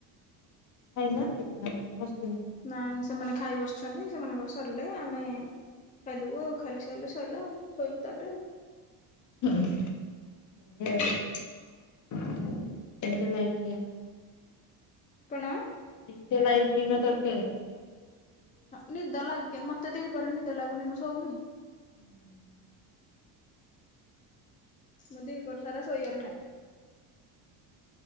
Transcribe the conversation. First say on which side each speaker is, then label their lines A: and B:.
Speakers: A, on the left; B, on the left.
A: ଖାଇ ନାହାଁନ୍ତି କି ନାଁ କଣ ବସ
B: ନାଇଁ ସେମାନେ ଖାଇ ବସିଛନ୍ତି ସେମାନଙ୍କର ସରିଲେ ଆମେ। ଖାଇଦବୁ ଆଉ ଖାଇଲେ ସଇଲେ ସଇଲା ଆ ଶୋଇବୁ ତାପରେ ଆଉ।
A: ଉଁ ହୁଁ ବଢିଆ ଆଉ। କେଁ ତି ଲାଗିଲା।
B: କଣ?
A: କେଁ ତିି ଲାଗିଲା ତତେ।
B: ହଁ ନିଦ ଲାଗେ ମତେ ଦି ପହରେ ନିଦ ଲାଗୁନି ମୁଁ ସୋଉନି।
A: ହୁଁ।
B: ମୁଁ ଦିପହର ସାରା ଶୋଇଆର ନାହିଁ।